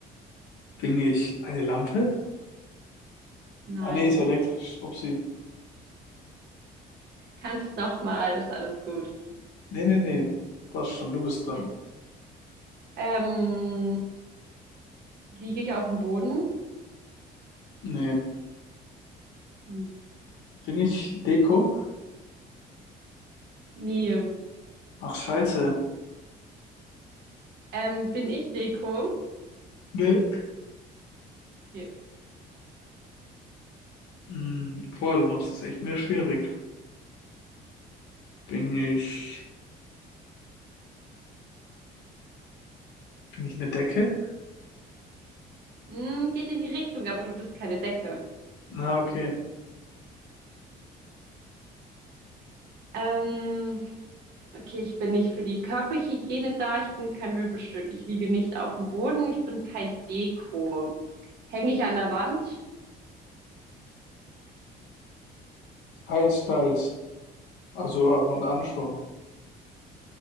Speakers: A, on the left; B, on the right.
A: Bin ich eine Lampe?
B: Nein.
A: Ah nee, ist ja elektrisch. Upsi.
B: Kannst nochmal, ist alles gut.
A: Nee, nee, nee. Passt schon, du bist dran.
B: Okay. Ähm, liege ich auf dem Boden?
A: Nee.
B: Hm,
A: Bin ich Deko?
B: Nee.
A: Ach scheiße.
B: Ähm, bin ich Deko?
A: Nee.
B: Okay.
A: Hm. Boah, du machst es echt mir schwierig. Bin ich. Bin ich eine Decke?
B: Hm, geht in die Richtung, aber du bist keine Decke.
A: Na, okay.
B: Ähm, okay, ich bin nicht für die Körperhygiene da, ich bin kein Möbelstück, ich liege nicht auf dem Boden, ich bin kein Deko. Hänge ich an der Wand?
A: Teils, teils. Also ab und an schon.